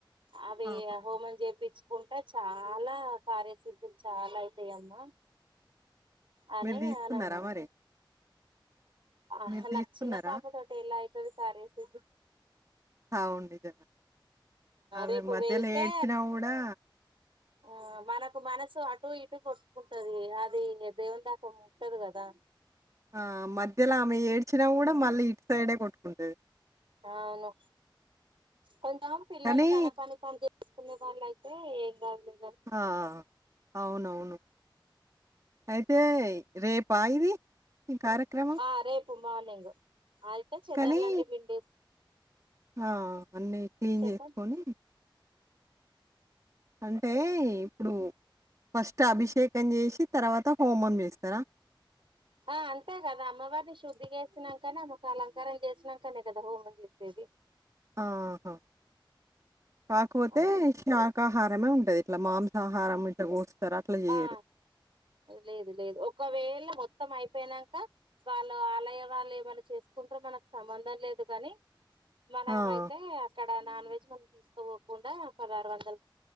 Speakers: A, on the right (about 85°); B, on the right (about 40°).
A: అవి
B: ఆహా!
A: హోమం చేపించి కుంటే చాలా కార్యసిద్ధులు చాలా అయితాయమ్మా అనే
B: మీరు తీసుకున్నారా
A: అని అన్నారు.
B: మరి?
A: ఆ
B: మీరు
A: నా
B: తీసుకున్నారా?
A: చిన్న పాప తోటే ఎలాయితాది సార్ అది
B: అవును సార్
A: రేపు
B: మధ్యలో
A: వెళ్తే
B: ఏడ్సినా కూడా
A: ఆ మనకు మనసు అ ఇటు ఇటు కొట్టుకుంటది అది దేవుని దాకా ఉంటది కదా
B: ఆ! మధ్యలో ఆమె ఏడ్చినా గూడా మళ్ళీ ఇట్ సైడే కొట్టుకుంటాది
A: అవును కొంచం పిల్లలు
B: కానీ
A: తన పని తాము చూసుకునే వాళ్ళ అయితే ఏం కాదు లే
B: ఆ అవునవును అయితే రేపా ఇది ఈ కార్యక్రమం.
A: ఆ రేపు మార్నింగ్ అయితే చెదర్లండి
B: కానీ
A: పిండే
B: ఆ! అన్నీ క్లీన్
A: చెప్పండి
B: జేసుకొని అంటే ఇప్పుడు ఫస్ట్ అభిషేకం చేసి తర్వాత హోమం చేస్తారా?
A: ఆ అంతే కదా అమ్మవారిని శుద్ధి చేసినాక అమ్మ వారిని అలంకారం చేసినాకనే కదా హోమం చేసేది.
B: ఆహా కాకపోతే
A: అలా
B: శాకాహారమే ఉంటది. ఇట్లా మాంసాహారం ఇట్లా గోస్తారు. అట్లా జేయరు.
A: ఆ లేదు లేదు ఒకవేళ మొత్తం మొత్తం అయిపోనాక వాళ్ళు ఆలయం వాళ్ళు ఏమైనా చేసుకుంటారేమో మనకు సంబంధం లేదు కాని మన
B: ఆ!
A: ఏమైతే అక్కడ నాన్ వెజ్ మనం తీసుకోపోకుండా పదహారు వందలు